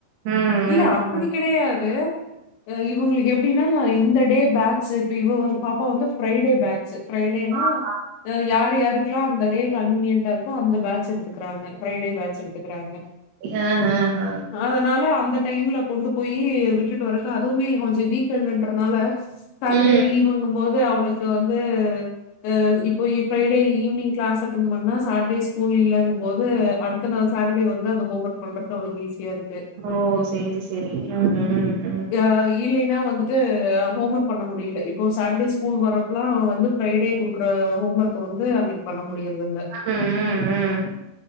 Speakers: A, on the right; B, on the left.
A: ம்
B: இல்ல
A: ம்
B: அப்புடி
A: ம்
B: கெடையாது அ இவுங்குளுக் எப்டின்னா இந்த டே பேட்ச்சு ப்ப இவ வ பாப்பா வந்து ஃப்ரைடே பே ஸ் ஃப்ரைடேன்னா
A: ஆஹா.
B: யா யாரு யாருக்ல்லா அந்த டே கன்வீனியன்டா இருக்கு அந்த பே ச்சுக் த்துக்குறாங்க ஃப்ரைடே பேட்ச்சு த்துக்குறாங்க
A: அ ஹ ஹ
B: அதனால அந்த டைம்ல கொண்டு போயூ விட்டுட்டு வரக்கு அதுவுமே கொஞ்சொ வீக் எண்ட்ன்றனால சட்டர்டே
A: ம்
B: லீவுங்கும்போது அவுளுக்கு வந்து அ இப்போ இப்ப இடயில ஈவ்னிங் க்ளாஸ் அட்டென் பண்ணா சாட்டர்டே ஸ்கூல் இல்லங்கும் போது அடு அத்த நாள் சாட்டர்டே வந்து அப்ப ஹோம் ஒர்க் பண்றப்ப அவ்ளுக்கு ஈஸியாருக்கு
A: ஓ சேரி சேரி உ உ ம்
B: யா இல்லைன்னா வந்துட்டு ஹோம் ஒர்க் பண்ண முடியில்ல இப்போ சாட்டர்டே ஸ்கூல் வரப்பல்லா வந்து ஃரைடே குடுக்குற ஹோம் ஒர்க் வந்து அன்னைக் பண்ண முடியாது இல்ல
A: ம் ம் ம் ம்